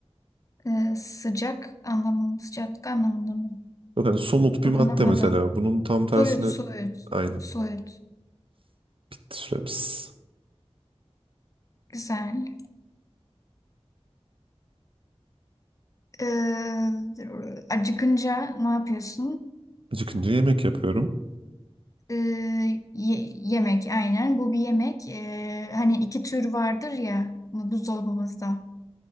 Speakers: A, on the left; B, on the right.
A: e, sıcak anlamında, sıcaklık anlamında mı?
B: Yok hani somut bir
A: Dokunamadım.
B: madde mesela. Bunun tam tersine
A: Soyut, soyut,
B: aynen.
A: soyut.
B: Bitti süremiz.
A: Güzel. Ee, acıkınca ne yapıyorsun?
B: Acıkınca yemek yapıyorum.
A: Ee, ye- yemek aynen. Bu bir yemek. Ee, hani iki tür vardır ya buzdolabımızda.